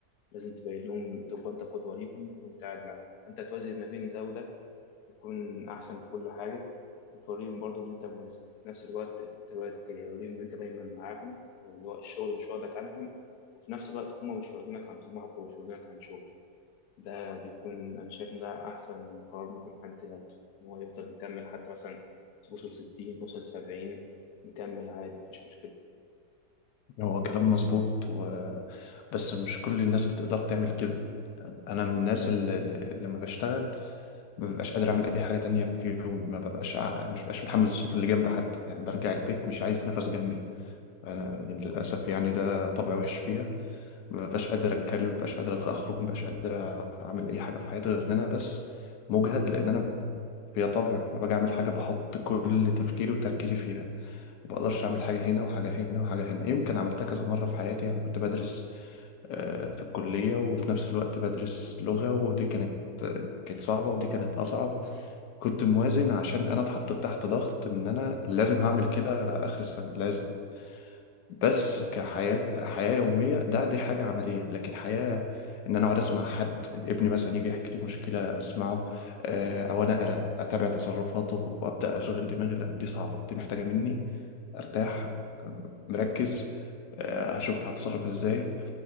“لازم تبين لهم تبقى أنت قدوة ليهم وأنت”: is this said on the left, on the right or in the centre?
Left